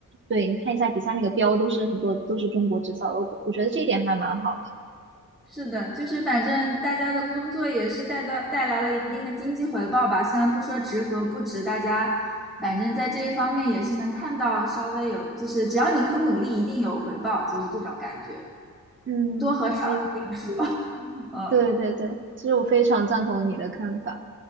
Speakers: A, on the right; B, in the centre.
A: 对，你看一下底下那个标，都是很多都是中国制造的，我我觉得这一点还蛮好的。
B: 是的，就是反正大家的工作也是带到带来了一定的经济回报吧，虽然不说值和不值，大家反正在这一方面也是能看到稍微有，就是只要你肯努力，一定有回报，就是这种感觉，
A: 嗯，
B: 多和少另说。
A: 我也
B: <laughs> 嗯。
A: 对对对，其实我非常赞同你的看法。